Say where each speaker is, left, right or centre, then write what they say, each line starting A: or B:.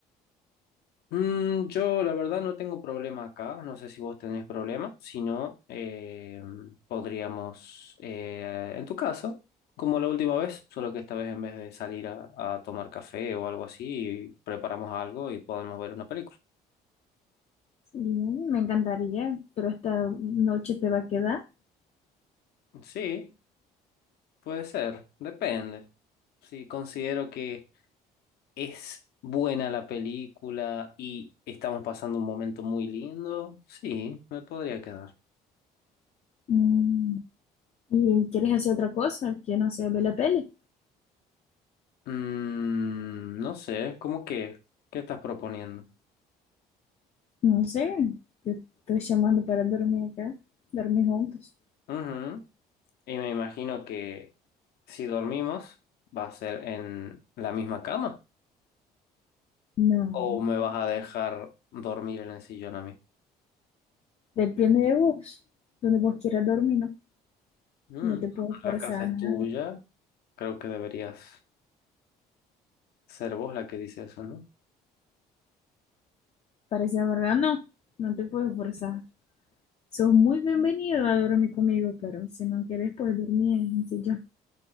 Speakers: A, on the left; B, on the left.
A: mm, yo, la verdad, no tengo problema acá. No sé si vos tenés problema. Si no, eh, podríamos eh, en tu casa, como la última vez, solo que esta vez en vez de salir a, a tomar café o algo así, preparamos algo y podemos ver una película.
B: Sí, me encantaría, pero esta noche te va a quedar.
A: Sí, puede ser. Depende. Sí, considero que Es buena la película y estamos pasando un momento muy lindo. Sí, me podría quedar.
B: Mm, ¿Y quieres hacer otra cosa? Que no sé, ver la peli.
A: Mm, no sé, ¿cómo qué? ¿Qué estás proponiendo?
B: No sé, te estoy llamando para dormir acá, dormir juntos.
A: Ujú. Y me imagino que si dormimos va a ser en la misma cama
B: No,
A: o me vas a dejar dormir en el sillón a mí.
B: depende de vos, donde vos quieras dormir, ¿no?
A: Mm,
B: No te puedo forzar
A: La casa
B: a
A: es
B: nada.
A: tuya, creo que deberías ser vos la que dice eso, ¿no?
B: Parece la verdad, no, no te puedo forzar. Sos muy bienvenido a dormir conmigo, pero si no quieres, puedes dormir, en el sillón.